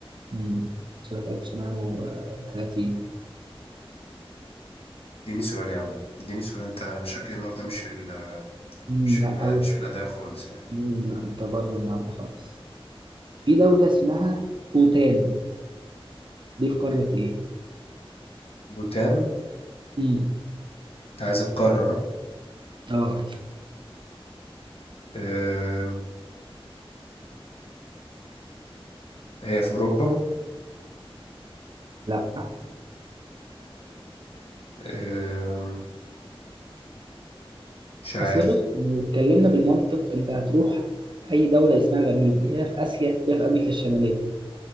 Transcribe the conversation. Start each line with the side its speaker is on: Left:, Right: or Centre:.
Right: مم. سنة 1930
Left: اديني سؤال يا عم اديني سؤال انت مش شكلي النهارده مش في ال
Right: مم.
Left: مش في
Right: لا
Left: ال
Right: أو
Left: مش في الأداء خالص يعني
Right: مم. لا، أنت بره المعلقة خالص في دولة اسمها بوتان دي في قارة ايه؟
Left: بوتان
Right: امم
Left: انت عايز القارة ها؟
Right: اه
Left: أم، هي في أوروبا
Right: لا
Left: أم، مش عارف
Right: اصل بص لو اتكلمنا بالمنطق انت هتروح اي دولة اسمها غريب يا في اسيا يا في امريكا الشمالية